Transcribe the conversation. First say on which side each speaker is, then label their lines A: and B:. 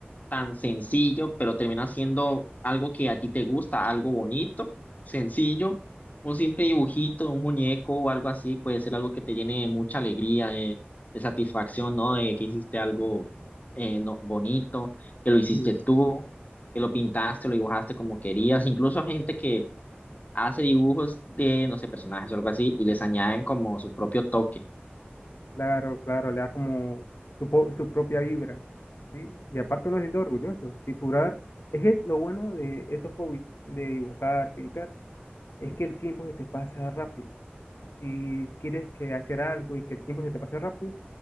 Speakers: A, on the left; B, on the left.
A: tan sencillo, pero termina siendo algo que a ti te gusta, algo bonito, sencillo. Un simple dibujito, un muñeco o algo así puede ser algo que te llene de mucha alegría, de, de satisfacción, ¿no? De que hiciste algo eh, no- bonito, que lo hiciste
B: Y
A: tú que lo pintaste, lo dibujaste como querías, incluso gente que hace dibujos de, no sé, personajes o algo así y les añaden como su propio toque.
B: claro, claro, le da como su, po- su propia vibra, ¿sí? Y aparte uno se siente orgulloso, dibujar. Es que lo bueno de esos hobbies, de dibujar, pintar, es que el tiempo se te pasa rápido. Si quieres que hacer algo y que el tiempo se te pase rápido,